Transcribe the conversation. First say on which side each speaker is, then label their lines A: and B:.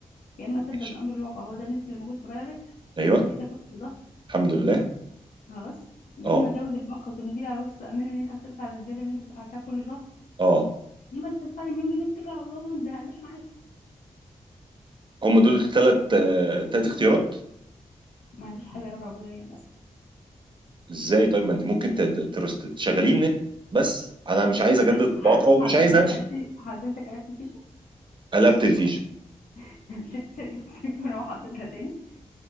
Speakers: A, on the left; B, on the right.
A: يا اما تقدم
B: ماشي.
A: الامر الواقع هو ده النت اللي موجود في بلدك
B: أيوه
A: وتبوس ايدك وش وضهر
B: الحمد لله
A: خلاص يا
B: أه
A: اما تزود الباقه وتمضي على وصل امان ان انت هتدفع الزياده اللي انت دفعتها كل شهر
B: أه
A: يا اما تدفع لي مليون جنيه وتتكل على الله وما تزهقناش معاك
B: هم دول الثلاث ثلاث اختيارات
A: ما عنديش حل رابع والله للاسف
B: إزاي طيب ما أنت ممكن ت- ت- ترست- تشغلين نت بس أنا مش عايز أجدد
A: أنا- <laughs>
B: الباقة ومش
A: حضرتك
B: عايز أمشي
A: قلبت حضرتك قلبت فيشة
B: قلبت الفيشة
A: <laughs> مش سلكت التليفون وحطيتها تاني